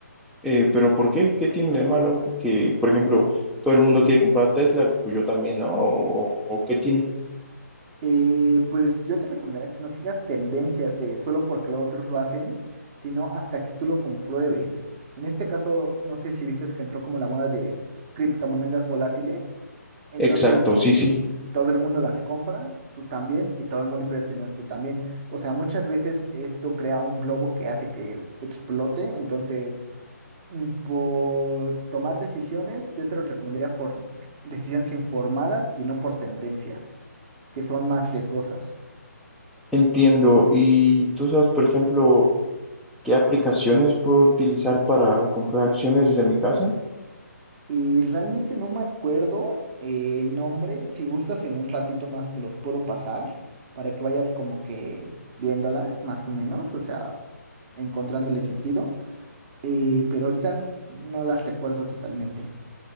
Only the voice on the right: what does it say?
Eh, pues yo te recomendaría que no sigas tendencias de solo porque los otros lo hacen, sino hasta que tú lo compruebes. En este caso, no sé si viste que entró como la moda de criptomonedas volátiles. Entonces,
si
todo el mundo las compra, tú también, y todo el mundo pierde su dinero, tú también. O sea, muchas veces esto crea un globo que hace que explote. Entonces, Mm, Por tomar decisiones, yo te lo recomendaría por decisiones informadas y no por tendencias, que son más riesgosas.
Y realmente no me acuerdo eh, el nombre. Si gustas, en un ratito más te los puedo pasar para que vayas como que viéndolas, más o menos, o sea, encontrándole sentido. Eh, pero ahorita n- no las recuerdo totalmente.